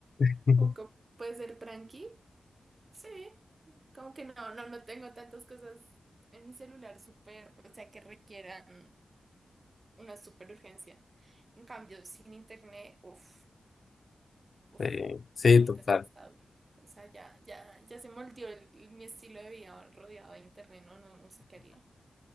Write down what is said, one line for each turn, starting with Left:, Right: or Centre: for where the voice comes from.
Left: <laughs>
Right: O que puede ser tranqui. Sí, como que no, no, no tengo tantas cosas en mi celular súper, o sea, que requieran una súper urgencia. En cambio, sin internet, uff, uff,
Left: Sí, sí,
Right: sin internet
Left: total.
Right: está duro. O sea, ya, ya, ya se moldeó el- el- mi estilo de vida rodeado de internet, no, no, no sé qué haría.